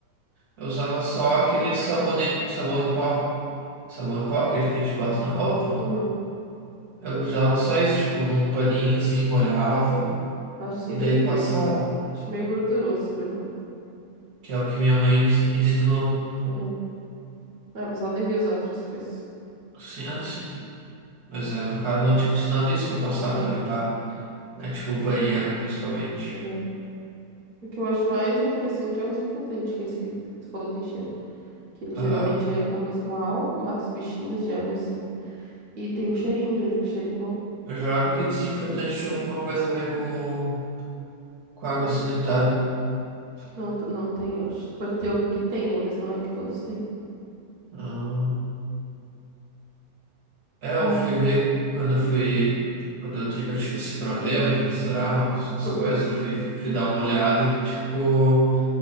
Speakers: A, on the right; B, on the right.
A: Eu usava só aquele sabonete, sabão em pó. Sabão em pó, aquele que a gente bota na roupa.
B: Uhum.
A: Eu usava só isso, tipo, num paninho assim, molhava
B: Acho isso
A: e
B: bem
A: daí
B: ruim.
A: passava.
B: Acho meio gorduroso essa limpa.
A: que é o que minha mãe me ensinou.
B: Uhum. Não, mas ela devia usar outras coisas.
A: Sim, ah, sim. Mas é, no caso, ela não tinha me ensinado isso pra passar
B: Uhum.
A: pra limpar, né? Tipo o banheiro, principalmente.
B: Uhum. O que eu acho mais interessante é o desinfetante, que é esse que tu falou que tem cheiro. Que ele
A: Aham.
B: geralmente é alguma coisa com álcool, mata os bichinhos, germes e, e tem um cheirinho, ele fica um cheirinho bom.
A: Eu jurava que desinfetante tinha alguma coisa a ver com, com água sanitária.
B: Acho que não, não tem, eu acho que pode ter algum que tenha, mas não é que todos têm.
A: Ah. É,
B: É.
A: eu fui ver quando eu fui. Quando eu, ti- eu tive esse problema de misturar as, as
B: <laughs>
A: coisas, eu fui, fui dar uma olhada que, tipo,